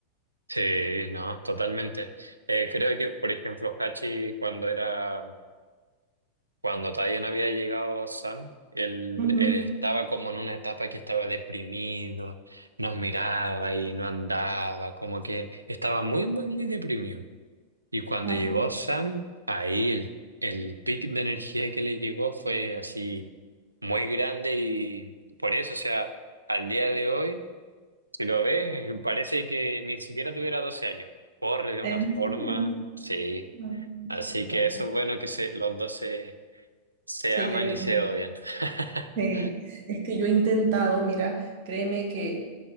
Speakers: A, on the right; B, on the right.
A: Sí, no, totalmente. Eh, creo que, por ejemplo, Hachi, cuando era, cuando todavía no había llegado Sam, él,
B: Ujú.
A: él estaba como en una etapa que estaba deprimido, nos miraba y no andaba, como que estaba muy, muy, muy deprimido. Y cuando
B: Ajá.
A: llegó Sam, ahí el, el pic de energía que le llegó fue así muy grande y por eso, o sea, al día de hoy, si lo ves, parece que ni siquiera tuviera 12 años. Corre de
B: ¿En
A: una forma,
B: serio?
A: sí.
B: Ah, bonito.
A: Así que eso es bueno que se, los dos se, se
B: Se
A: aman
B: lleven.
A: y se odian. <laughs>
B: Sí, es que yo he intentado, mira, créeme que